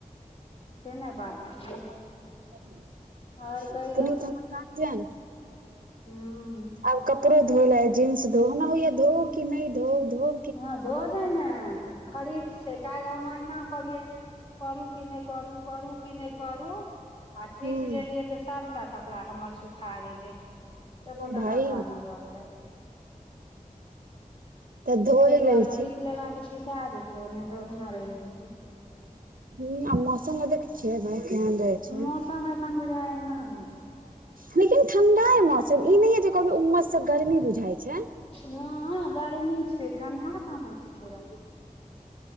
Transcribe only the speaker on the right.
<inaudible>
पुनित हमर जारजियन
आब कपड़ो धो लै जींस धोउ हमरा होइया धोउ कि नहि धोउ धोउ
हूं
भाई
तऽ धोइ
लै छी
हूं आ मौसम देखै छियै भाय केहन रहै छै
लेकिन ठंडा ऐ मौसम ई नहिं जे कहबै उमस से गर्मी बुझाइ छै